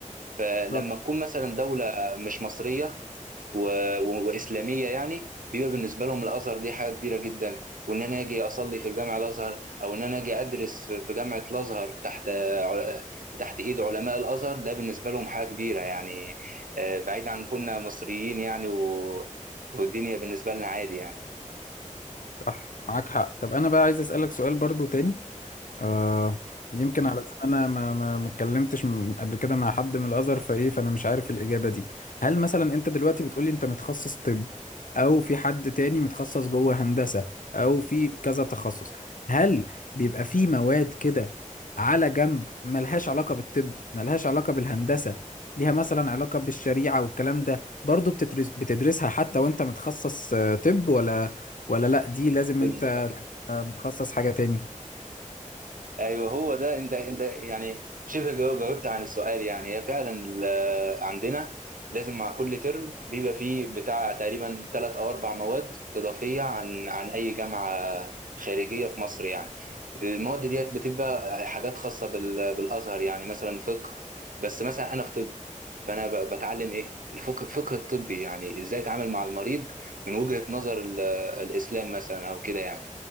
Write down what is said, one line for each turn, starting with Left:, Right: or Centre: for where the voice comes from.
Right: فلما
Left: بالظبط
Right: تكون مثلا دولة مش مصرية و... و... وإسلامية يعني بيبقى بالنسبة لهم الأزهر دي حاجة كبيرة جدا وإن أنا أجي أصلي في جامع الأزهر أو إن أنا أجي أدرس في جامعة الأزهر تحت عل- تحت إيد علماء الأزهر ده بالنسبة لهم حاجة كبيرة يعني آه، بعيد عن كنا مصريين يعني و... والدنيا بالنسبة لنا عادي يعني
Left: صح معاك حق طب أنا بقى عايز أسألك سؤال برضو تاني آه يمكن على انا ما ما ما اتكلمتش م- قبل كده مع حد من الازهر فايه فانا مش عارف الاجابه دي هل مثلا انت دلوقتي بتقولي انت متخصص طب او في حد تاني متخصص جوه هندسه او في كذا تخصص هل بيبقى في مواد كده على جنب ملهاش علاقه بالطب ملهاش علاقه بالهندسه ليها مثلا علاقه بالشريعه والكلام ده برضو بتدرس بتدرسها حتى وانت متخصص آه، طب ولا ولا لا دي لازم
Right: امم
Left: انت آه، متخصص حاجه تاني
Right: ايوه هو ده انت انت يعني شبه جاو- جاوبت عن السؤال يعني هي فعلا ال- عندنا لازم مع كل ترم بيبقى فيه بتاع تقريبا ثلاث او اربع مواد اضافيه عن عن اي جامعه خارجيه في مصر يعني المواد ديت بتبقى حاجات خاصه بال- بالازهر يعني مثلا فقه بس مثلا انا في طب فانا ب- بتعلم ايه الفقه الفقه الطبي يعني ازاي اتعامل مع المريض من وجهه نظر ال- الاسلام مثلا او كده يعني